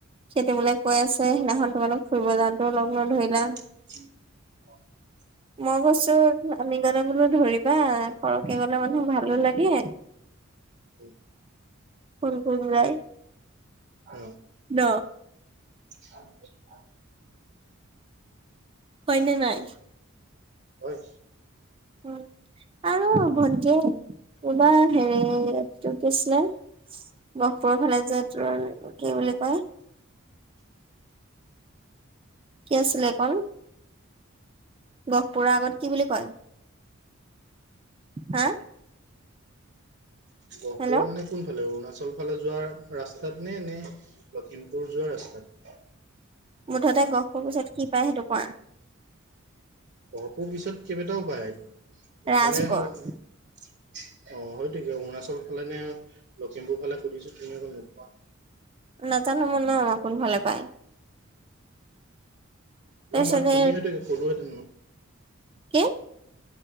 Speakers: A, on the right; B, on the right.
A: হেতী বোলে কৈ আছে সেইদিনাখন তোমালোক ফুৰিব যাওঁতেও লগ নধৰিলা।
B: <inaudible>
A: মই কৈছো আমি গলে বোলো ধৰিবা সৰহকে গলে মানুহ ভালো লাগে।
B: উম।
A: কোন কোন যায়
B: অ
A: ন?
B: <inaudible>
A: হয়নে নাই?
B: হয়।
A: উ আৰু ভন্টিয়ে কবা হেৰি ত কিছিলে। গহপুৰৰ ফালে যোৱতো কি বুলি কয়? কি আছিলে একন। গহপুৰৰ আগত কি বুলি কয় হা?
B: গহপুৰৰ
A: হেল্ল'
B: মানে কোন ফালে অৰুণাচল ফালে যোৱা ৰাস্তাত নে নে লখিমপুৰ যোৱা ৰাস্তাত।
A: মুঠতে গহপুৰ পিছত কি পায় সেইটো কোৱা?
B: অহপোৰ পিছত কেইবাটাও উপায় এইফালে
A: ৰাজগড়
B: হ'ল। অ হয়তিকে অৰুণাচল ফালে নে লখিমপুৰ ফালে সুধিছো তুমি এককৌ নোপোৱা।
A: নাজানো মই নম আপোন ফালে পায়।
B: ন
A: তাৰপিছতে
B: মই তুমি সেইটো ক'লোহেতেন মই।
A: কি?